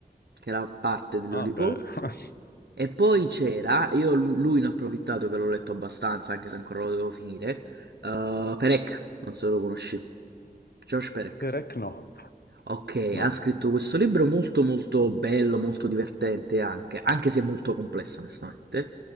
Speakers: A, on the right (about 80°); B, on the left (about 65°).
A: che era parte di Lollipop.
B: Ah, beh. <laughs>
A: E poi c'era, io lui ne ho approfittato che l'ho letto abbastanza, anche se ancora lo devo finire. eh, Perec, non so se lo conosci. George Perec.
B: Perec no.
A: Okay,
B: No.
A: ha scritto questo libro molto, molto bello, molto divertente anche, anche se molto complesso onestamente,